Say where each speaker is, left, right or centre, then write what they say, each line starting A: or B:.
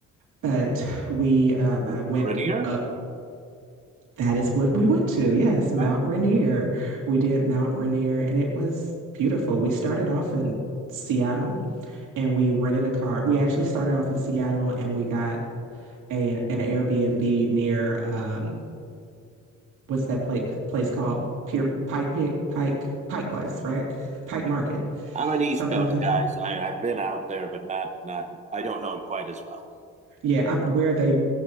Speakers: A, on the right (about 85°); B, on the right (about 25°).
A: but we uh
B: the
A: went
B: Rainier.
A: up that is what we went to. Yes, Mount
B: Eh,
A: Rainier. We did Mount Rainier and it was beautiful. We started off in Seattle and we rented a car. We actually started off in Seattle and we got a, an Airbnb near um what's that place place called Pier Pike Pike Pike Pike Place, right? Pike
B: sure.
A: Market.
B: I'm an East
A: Something
B: Coast
A: like that.
B: guy, so I, I've been out there, but not not. I don't know it quite as well.
A: Yeah, i where they